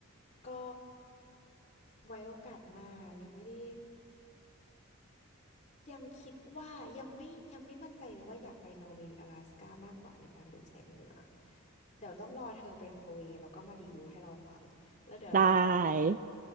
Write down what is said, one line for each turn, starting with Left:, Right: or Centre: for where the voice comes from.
Left: ก็ไว้โอกาสหน้ายังไม่ได้ยังคิดว่ายังไม่ยังไม่มั่นใจเลยว่าอยากไปนอร์เวย์หรือ阿拉สก้ามากกว่าในการดูแสงเหนือเดี๋ยวต้องรอเธอไปนอร์เวย์แล้วก็มารีวิวให้เราฟังแล้วเดี๋ยวเราจะตัดสินใจ
Right: ได้